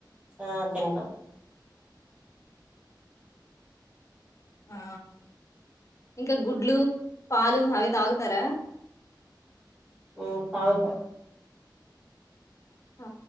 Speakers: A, on the right; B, on the left.
A: ఆ తింటామ్
B: ఆ ఇంక గుడ్లు, పాలు అవి తాగుతరా
A: ఉమ్ పాలు తాగ్
B: ఆ